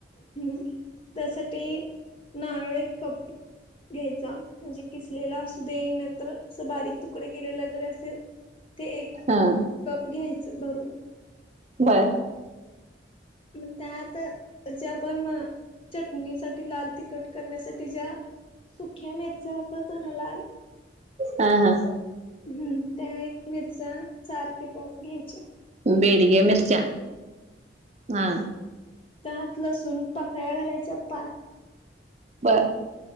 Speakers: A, on the left; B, on the right.
A: हम्म त्यासाठी नारळ एक कप घ्यायचा म्हणजे किसलेला असू दे नाही तर असं बारीक तुकडे केलेला जरी असेल ते एक
B: हा
A: कप घ्यायचं भरून.
B: बर
A: मग त्यात जे आपण चटणीसाठी लाल तिखट करण्यासाठी ज्या सुख्या मिरच्या वापरतो ना लाल
B: हा हा
A: हम्म त्या एक मिरचा चार ते पाच घ्यायच्या.
B: बेडग मिरच हा
A: हात लसूण पाकळ्या घालायच्या पाच,
B: बरं